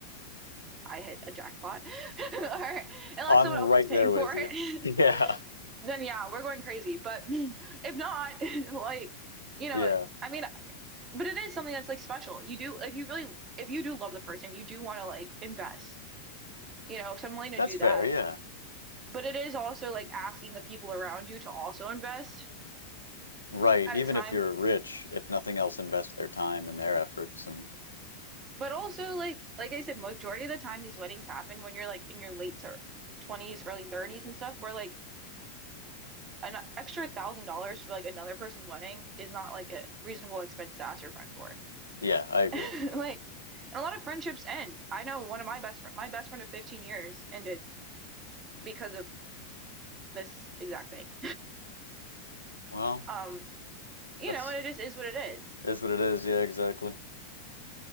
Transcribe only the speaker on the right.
I hit a jackpot, <laughs> or unless
someone
else is paying
for
it,
<laughs> then yeah, we're going crazy. But <laughs> if not, <laughs> like, you know,
I mean, but it is something that's like special. You do, if you really, if you do love the person, you do want to like invest, you know, so I'm willing to
do
that.
But it is also like asking the people around you to also invest
at
a time.
But also like like I said, majority of the time these weddings happen when you're like in your late to 20s, early 30s and stuff, where like an extra thousand dollars for like another person's wedding is not like a reasonable expense to ask your friend for. <laughs>
Like, and a lot of friendships end. I know one of my best friend, my best friend of 15 years ended because of this exact thing.
Um, you
know, and it just is what it is.